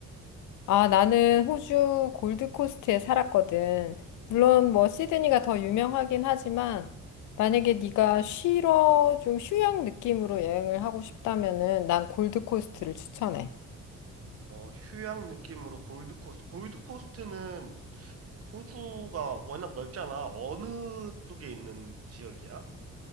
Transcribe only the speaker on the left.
아, 나는 호주 골드코스트에 살았거든. 물론 뭐 시드니가 더 유명하긴 하지만 만약에 네가 쉬러 좀 휴양 느낌으로 여행을 하고 싶다면은 난 골드코스트를 추천해.